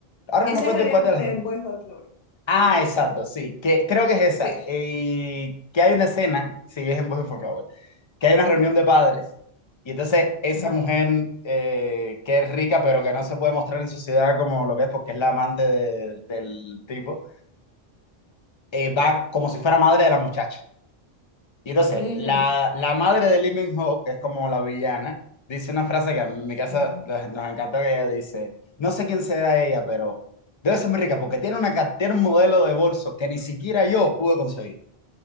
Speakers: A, on the left (about 40°); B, on the left (about 70°).
A: Ahora
B: Ese
A: no me acuerdo
B: es
A: en cuál
B: en,
A: de las
B: en
A: dos.
B: Boys Over Flower.
A: Ah, exacto, sí. Que, creo que es esa.
B: Sí.
A: Eh, que hay una escena, sí, es en Boy for Flower, que hay una reunión de padres. Y entonces esa
B: ujú,
A: mujer eh, que es rica, pero que no se puede mostrar en sociedad como lo que es porque es la amante de- del tipo, eh, va como si fuera madre de la muchacha. Y entonces,
B: ujú,
A: la, la madre de Lee min que es como la villana, dice una frase que a mi casa
B: ujú.
A: nos, nos encantó que ella dice, no sé quién sea ella, pero debe ser muy rica porque tiene, una, ca- tiene un modelo de bolso que ni siquiera yo pude conseguir.